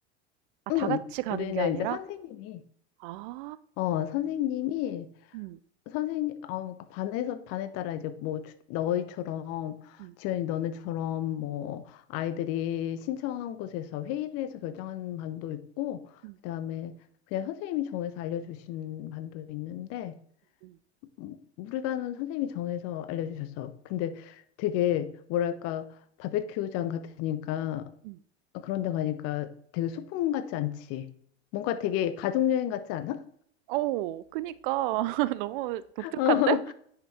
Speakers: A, on the right (about 50°); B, on the left (about 45°).
A: 아 다
B: 응.
A: 같이 가는
B: 우리는
A: 게 아니라?
B: 이제 선생님이
A: 아.
B: 어, 선생님이
A: 음.
B: 선생님, 아, 그러니까 반에서, 반에 따라 이제 뭐, 주- 너희처럼,
A: 음.
B: 지연이 너네처럼 뭐, 아이들이 신청한 곳에서 회의를 해서 결정하는 반도 있고,
A: 음.
B: 그다음에 그냥 선생님이 정해서 알려주신 반도 있는데,
A: 음.
B: 음, 우리 반은 선생님이 정해서 알려주셨어. 근데 되게, 뭐랄까, 바베큐장 같으니까,
A: 음.
B: 그런 데 가니까 되게 소풍 같지 않지? 뭔가 되게 가족여행 같지 않아?
A: 어 그니까. <laughs> 너무 독특한데?
B: <laughs> 어,